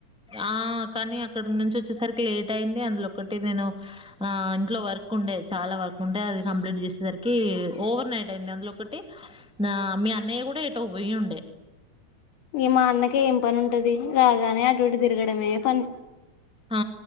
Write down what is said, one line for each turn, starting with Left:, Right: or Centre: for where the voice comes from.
Centre: ఆ కానీ అక్కడి నుంచి వచ్చేసరికి లేట్ అయింది అందులో ఒకటి నేను ఆ ఇంట్లో వర్క్ ఉండే చాలా వర్క్ ఉండే అది కంప్లీట్ చేసేసరికి ఓవర్ నైట్ అయింది అందులో ఒకటి ఆ మీ అన్నయ్య కూడా ఎటో పోయి ఉండే
Left: ఇగ మా అన్నకే ఏం పని ఉంటది రాగానే అటుఇటు తిరగడమే పని
Centre: ఆ